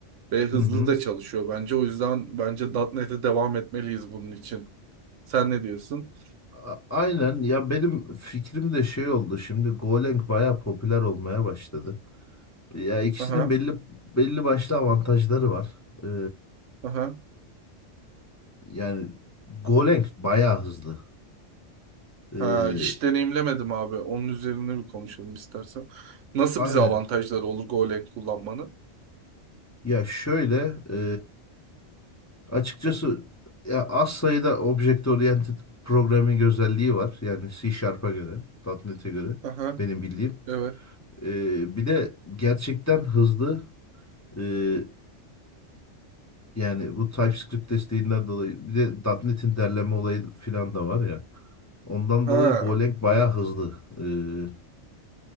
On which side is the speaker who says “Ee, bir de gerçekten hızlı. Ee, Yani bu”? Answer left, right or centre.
Left